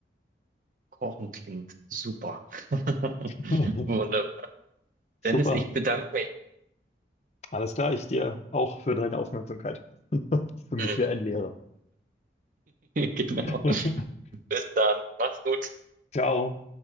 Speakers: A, on the right; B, on the left.
A: Kochen klingt super. <laughs>
B: <laughs>
A: Wunderbar.
B: Super.
A: Dennis, ich bedanke mich.
B: Alles klar. Ich dir auch für deine Aufmerksamkeit. <laughs> Für mich
A: <laughs>
B: wie ein Lehrer.
A: Genau.
B: <laughs>
A: Bis dann. Mach's gut.
B: Ciao.